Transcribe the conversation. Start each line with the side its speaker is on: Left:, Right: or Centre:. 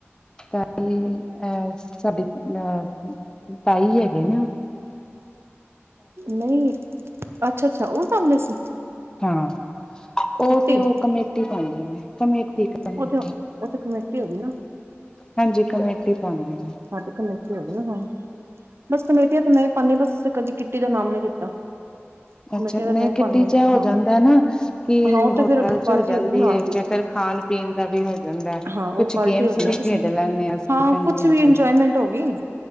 Left: ਤਾਇ ਸਾਡੇ ਅਹ ਤਾਈ ਹੈਗੇ ਨੇ ਉਹ।
Right: ਨਹੀਂ ਅੱਛਾ ਅੱਛਾ ਉਹ ਪਾਉਂਦੇ ਸੀ।
Left: ਹਾਂ ਉਹ
Right: ਕਿੱਟੀ
Left: ਤੇ ਉਹ ਕਮੇਟੀ ਪਾਉਂਦੇ ਨੇ ਕਮੇਟੀ ਕਮੇਟੀ
Right: ਉਹ ਤੇ ਉਹ ਤੇ ਕਮੇਟੀ ਹੋ ਗਈ ਨਾ
Left: ਹਾਂਜੀ ਕਮੇਟੀ ਪਾਉਂਦੇ ਨੇ।
Right: ਹੁਣ ਤੇ ਕਮੇਟੀ ਹੈਗੀ ਨਾ ਹਾ ਬਸ ਕਮੇਟੀਆ ਤੇ ਮੈਂ ਵੀ ਪਾਂਦੀ ਬੱਸ ਕਿੱਟੀ ਦਾ ਨਾਮ ਨੀ ਦਿੱਤਾ। ਕਮੇਟੀ
Left: ਅੱਛਾ
Right: ਤੇ
Left: ਨਹੀਂ
Right: ਮੈਂ ਹੀ
Left: ਕਿੱਟੀ
Right: ਪਾਂਉਣੀ
Left: ਚ
Right: ਹਾਂ
Left: ਹੋ ਜਾਂਦਾ ਨਾ ਕਿ
Right: ਹਾਂ ਉਹ ਤੇ
Left: ਹੋਟਲ
Right: ਫਿਰ
Left: ਚ
Right: ਪਰਚੀ
Left: ਹੋ ਜਾਂਦੀ
Right: ਹੋਗੀ ਨਾਲ।
Left: ਹੈ ਤੇ ਫਿਰ ਖਾਣ ਪੀਣ ਦਾ ਵੀ ਹੋ ਜਾਂਦਾ
Right: ਹਾਂ
Left: ਕੁਛ
Right: ਉਹ ਪਾਰਟੀ
Left: ਗੇਮਸ
Right: ਹੋ ਗਈ ਨਾ
Left: ਵੀ
Right: ਕਿਸ
Left: ਖੇਡ ਲੈਂਦੇ ਅਸੀਂ
Right: ਹਾਂ
Left: ਹਾਂਜੀ
Right: ਕੁਛ
Left: ਹਾਂਜੀ
Right: ਵੀ ਇੰਜੋਏਮੈਂਟ ਹੋ ਗਈ।